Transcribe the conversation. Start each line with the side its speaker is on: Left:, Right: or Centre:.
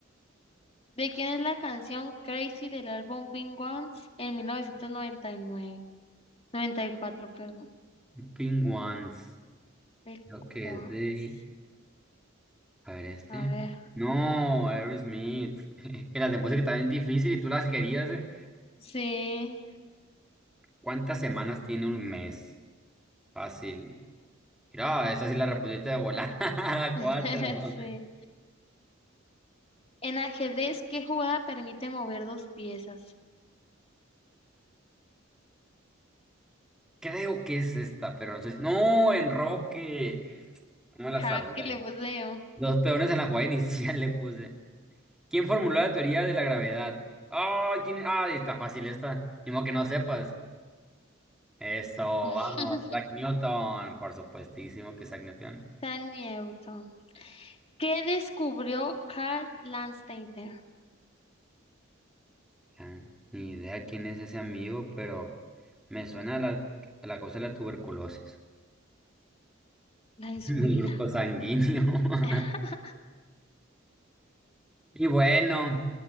Left: ¿De quién es la canción Crazy del álbum Being Once en 1999? noventa y cuatro, perdón.
Centre: Pink Ones.
Left: Being
Centre: Creo que
Left: Once.
Centre: es de. A ver este.
Left: A ver.
Centre: No, Aerosmith. <laughs> Que las de música también difícil y tú las querías, ¿eh?
Left: Sí.
Centre: ¿Cuántas semanas tiene un mes? Fácil. Mira, esa sí la respondiste de volada.
Left: <laughs>
Centre: <laughs> Cuatro.
Left: Sí. En ajedrez, ¿qué jugada permite mover dos piezas?
Centre: Creo que es esta, pero no estoy... si-, ¡No, Enroque! ¿Cómo la
Left: Ja,
Centre: sabía?
Left: que le
Centre: eh?
Left: puse yo.
Centre: Los peones en la jugada <laughs> inicial le puse. ¿Quién formuló la teoría de la gravedad? ¡Ah! ¿quién... Ah, está fácil esta. Ni modo que no sepas. Eso,
Left: <laughs>
Centre: vamos. Isaac Newton. Por supuestísimo que Isaac Newton.
Left: San Newton. ¿Qué descubrió Carl Landsteiner?
Centre: Ah, Ni idea quién es ese amigo, pero me suena a la, a la cosa de la tuberculosis,
Left: La insulina.
Centre: <laughs> el grupo sanguíneo. <laughs>
Left: <laughs>
Centre: Y bueno,